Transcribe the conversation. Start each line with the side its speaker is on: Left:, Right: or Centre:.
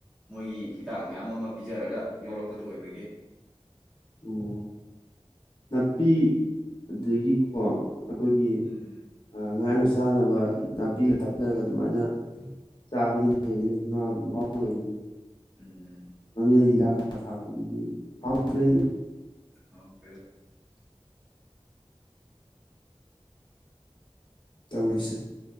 Centre: ꯃꯣꯏꯒꯤ ꯍꯤꯗꯥꯛ ꯃꯌꯥꯝ ꯑꯃ ꯄꯤꯖꯔꯒ ꯌꯣꯂꯛꯄꯗꯨ ꯑꯣꯏꯕꯒꯤ
Left: ꯑꯣ ꯅꯥꯄꯤ ꯑꯗꯒꯤꯀꯣ ꯑꯩꯈꯣꯏꯒꯤ
Centre: ꯎꯝ
Left: ꯉꯥꯡ ꯑꯁ ꯆꯥꯅꯕ ꯅꯥꯄꯤꯒ ꯇꯝꯊꯔꯒ ꯑꯗꯨꯃꯥꯏꯅ ꯆꯥꯗꯨꯅ ꯍꯦꯜꯂꯤꯅꯦ ꯉꯥꯒꯤ ꯃꯍꯥꯎ ꯂꯩꯕꯁꯦ
Centre: ꯎꯝ
Left: ꯃꯃꯤꯅ ꯍꯤꯗꯥꯛ ꯀꯥ ꯊꯥꯛꯄꯗꯨꯗꯤ ꯐꯥꯎꯗ꯭ꯔꯦ
Centre: ꯍꯥꯎꯇꯦꯗ
Left: ꯇꯧꯔꯤꯁꯦ